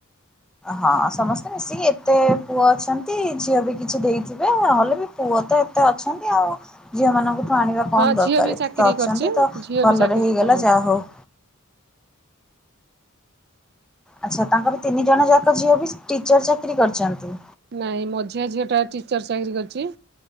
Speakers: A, in the centre; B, on the right (about 50°).
A: ହଁ ସମସ୍ତେ ମିଶିକି ଏତେ ପୁଅ ଅଛନ୍ତି। ଝିଅ ବି କିଛି ଦେଇଥିବେ ନହଲେ ବି ପୁଅ ତ ଏତେ ଅଛନ୍ତି ଆଉ ଝିଅ ମାନଙ୍କୁ ଆଣିବା କଣ
B: ହଁ
A: ଦରକାର
B: ଝିଅ ବି
A: ଏତେ
B: ଚାକିରି
A: ତ ଅଛନ୍ତି
B: କରିଛି
A: ତ
B: ଝିଅ
A: ଭଲରେ
B: ବି ଚାକିରି
A: ହେଇଗଲା ଯାହା ହୋଉ। ଆଚ୍ଛା ତାଙ୍କର ତିନି ଜଣ ଯାକ ଝିଅ ବି ଟିଚର୍ ଚାକିରି କରିଚନ୍ତି?
B: ନାଇଁ ମଝଆଁ ଝିଅଟା ଟିଚର୍ ଚାକିରି କରିଚି।